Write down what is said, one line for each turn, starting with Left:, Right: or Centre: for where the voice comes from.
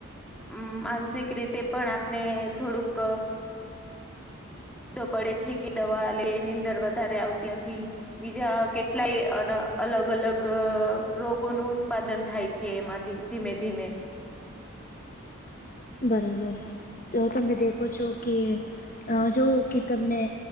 Centre: હમ માનસિક રીતે પણ આપણે થોડુંક પડે છે કે દવા લે એની અંદર વધારે આવતી નથી બીજા કેટલાય અલગ અલગ રોગોનું ઉત્પાદન થાય છે એમાંથી ધીમે ધીમે
Left: બરાબર તો તમે દેખો છો કે અ જો કે તમને